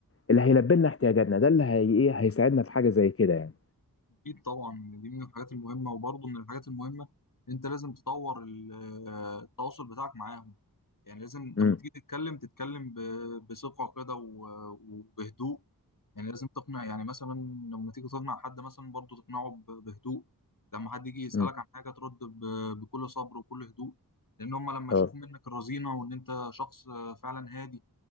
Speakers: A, on the left (about 40°); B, on the left (about 60°).
A: اللي هيلبي لنا احتياجاتنا ده اللي هي ايه هيساعدنا في حاجه زي كده يعني
B: اكيد طبعا دي من الحاجات المهمه وبرضه من الحاجات المهمه انت لازم تطور ال- آه، التواصل بتاعك معاهم يعني لازم
A: امم
B: لما تيجي تتكلم تتكلم ب- بثقه كده و- وبهدوء يعني لازم تقنع يعني مثلا لما تيجي تقنع حد مثلا برضه تقنعه ب- بهدوء لما حد يجي يسالك
A: امم
B: عن حاجه ترد ب- بكل صبر وكل هدوء لان هم لما يشوفوا
A: اه
B: منك الرزينه وان انت شخص فعلا هادي